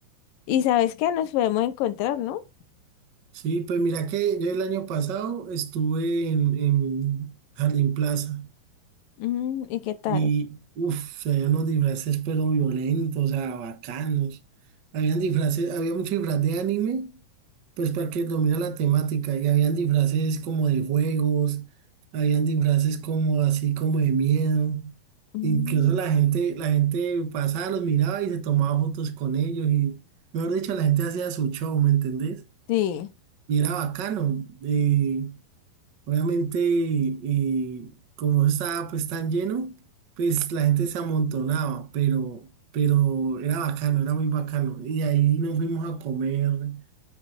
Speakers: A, on the left; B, on the right.
A: Y sabes que nos podemos encontrar, ¿no?
B: Sí, pues mira que yo el año pasado estuve en, en Jardín Plaza
A: Mm, ¿y qué tal?
B: y, uff, había unos disfraces pero violentos, o sea, bacanos. Habían disfraces, había mucho disfraz de anime. Pues porque domina la temática y habían disfraces como de juegos, habían disfraces como así como de miedo.
A: Mm,
B: Incluso la gente, la gente pasaba, los miraba y se tomaba fotos con ellos y, mejor dicho, la gente hacía su show, ¿me entendés?
A: sí,
B: Y era bacano. Y obviamente, y como eso estaba pues tan lleno, pues la gente se amontonaba, pero, pero era bacano, era muy bacano. Y ahí nos fuimos a comer.